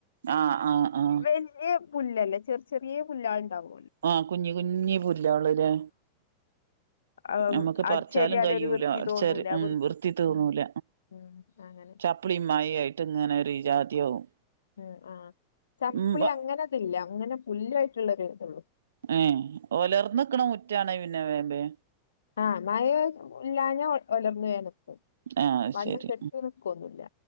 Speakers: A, on the right; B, on the left.
A: ആഹ് ആഹ് ആഹ്
B: വലിയ പുല്ലല്ലേ ചെറി ചെറിയ പുല്ലാള് ഉണ്ടാവോ
A: ആഹ കുഞ്ഞി കുഞ്ഞി പുല്ല്കാൾ ല്ലേ
B: ആം,
A: നമ്മുക്ക്
B: അടിച്ചേരിയാലൊരു
A: പറിച്ചാലും കഴൂല
B: വൃത്തി
A: അടിച്ച
B: തോന്നൂല
A: ഉ
B: വൃ
A: വൃത്തി തോന്നൂല
B: ഉം ഉം അങ്ങനെ
A: ചപ്പളി മായി ആയിട്ട് ഇങ്ങനെ ഒരു ജാതിയാവും
B: ഉ ആ ചപ്പ്ളി
A: ഉം
B: അങ്ങനെ ഇല്ല അങ്ങനെ പുല്ലായിട്ടുള്ളരു ഇതള്ളു
A: ഉ ഓലർന്നിക്കണ മുറ്റാണേ പിന്നെ വേമ്പേ
B: ആഹ് മഴ ഇല്ലാഞ്ഞ ഒലർന്നു വേഗം നിക്കും
A: ആ അത്
B: വള്ളം
A: ശരി
B: കെട്ടി നിൽക്കൊന്നുമല്ല